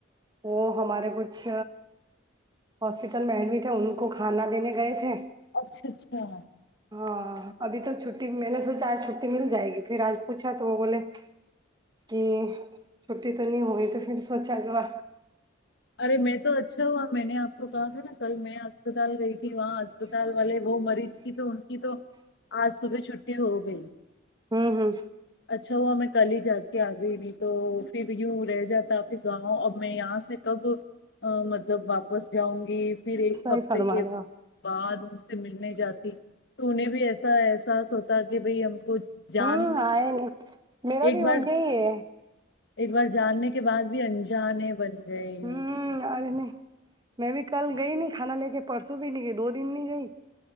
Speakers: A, on the right; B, on the left.
A: وہ ہمارے کچھ ہاسپٹل میں ایڈمٹ ہے ان کو کھانا دینے گئے تھے
B: اچھا اچھا
A: ہاں ابھی تو چھٹی میں نے سوچا آج چھٹی مل جائے گی پھر آج پوچھا تو وہ بولے کہ چھٹی تو نہیں ہوئی تو پھر سوچا کہ و
B: ارے میں تو اچھا ہوا میں نے آپ وہ کہا تھا نا کل میں اسپتال گئی تھی وہاں اسپتال والے وہ مریض کی تو ان کی تو آ صبح چھٹی ہو گئی
A: ہوں ہوں
B: اچھا ہوا میں کل ہی جا کے آ گئی نہیں تو پھر یوں رہ جاتاھر گاؤں اب میں یہاں سے کب مطلب واپس جاؤں گی پھر ایک
A: صحیح
B: ہفتے
A: فرما
B: کے
A: رہے ہو
B: بعد ان سے ملنے جاتے تو انہیں بھی ایسا احساس ہوتا کہ بھائی ہم کو جان
A: ہوں آئے نہیں میرا
B: ایک
A: بھی
B: بار
A: وہ یہی ہے
B: ایک بار جاننے کے بعد بھی انجان ہے بند جی
A: ہوں
B: ہ
A: ارے نہیں میں بھی کل گئی نہیں کھانا لے کے پرسوں بھی نہیں گئی دو دن نہیں گئی